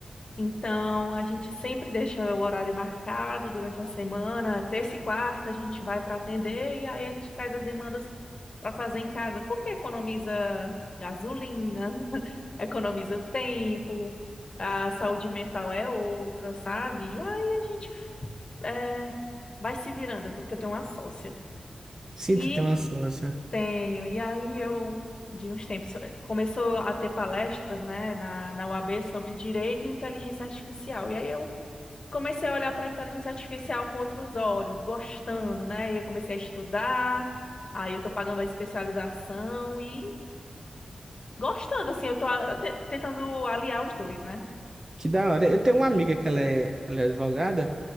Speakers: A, on the left; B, on the right.
A: Então, a gente sempre deixa o horário marcado durante a semana, terça e quarta a gente vai para atender e aí a gente traz as demandas para fazer em casa, porque economiza gasolina economiza tempo, a saúde mental é outra, sabe? E aí a gente é, vai se virando, porque eu tenho uma sócia.
B: Sinto
A: E
B: ter uma sócia.
A: tenho, e aí eu, de uns tempos, começou a ter palestras, né, na, na UAB sobre direito e inteligência artificial. E aí eu comecei a olhar para a inteligência artificial com outros olhos, gostando, né? E eu comecei a estudar, aí eu estou pagando a especialização e gostando, assim, eu estou tentando aliar os dois, né?
B: Que da hora. Eu tenho uma amiga que ela é, ela é advogada.